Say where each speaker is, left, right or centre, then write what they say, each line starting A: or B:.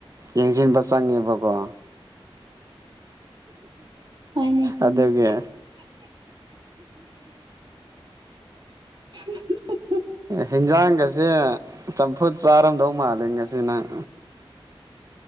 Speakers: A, on the right; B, on the right.
A: ꯌꯦꯡꯁꯤꯟꯕ ꯆꯪꯉꯦꯕꯀꯣ
B: ꯍꯣꯏꯅꯦ ꯍꯣꯏꯅꯦ
A: ꯑꯗꯨꯗꯒꯤ
B: <unintelligible>
A: ꯍꯤꯟꯖꯥꯡꯒꯁꯦ ꯆꯝꯐꯨꯠ ꯆꯥꯔꯝꯗꯧ ꯃꯥꯜꯂꯤ ꯉꯁꯤ ꯅꯪ